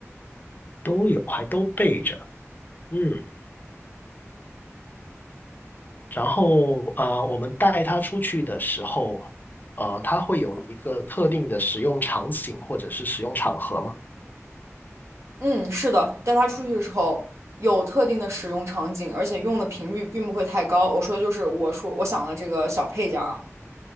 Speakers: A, on the left (about 40°); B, on the right (about 65°).
A: 都有，还都备着。嗯，然后呃，我们带它出去的时候，呃，它会有一个特定的使用场景或者是使用场合嘛。
B: 嗯，是的，带它出去的时候有特定的使用场景，而且用的频率并不会太高。我说的就是我说我想的这个小配件儿啊，